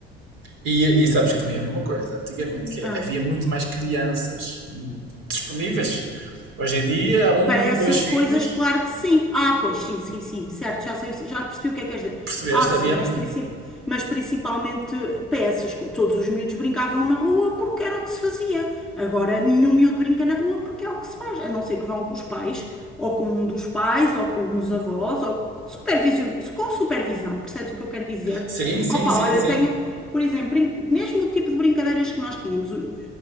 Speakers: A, on the right; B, in the centre.
A: E, e sabes que também havia uma coisa, antigamente, que é,
B: Ah.
A: havia muito mais crianças disponíveis. Hoje em dia, um,
B: Para essas
A: dois filhos,
B: coisas, claro que sim. Ah, pois sim, sim, sim, certo, já sei, já percebi o que é que queres dizer.
A: percebeste?
B: Ah, sim,
A: Havia.
B: mas, princip... mas principalmente para essas coisas. Todos os miúdos brincavam na rua porque era o que se fazia. Agora nenhum miúdo brinca na rua porque é o que se faz, a não ser que vão com os pais, ou com um dos pais, ou com os avós, ou com supervisão, com supervisão, percebes o que eu quero dizer?
A: Sim, sim,
B: Opa,
A: sim,
B: olha,
A: sim.
B: tenho. Por exemplo, brin- mesmo o tipo de brincadeiras que nós tínhamos, eu